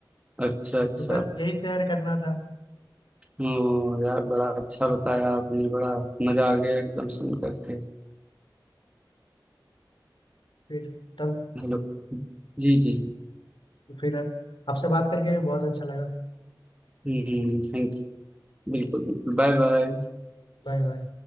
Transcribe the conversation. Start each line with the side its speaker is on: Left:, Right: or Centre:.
Right: अच्छा अच्छा
Left: तो बस यही शेयर करना था
Right: हम्म यार बड़ा अच्छा बताया आपने बड़ा मजा आ गया एकदम सुन करके
Left: फिर तब
Right: हेलो जी जी
Left: फिर आपसे बात करके भी बहुत अच्छा लगा
Right: हम्म थैंक यू, बिल्कुल बिल्कुल Bye bye
Left: Bye bye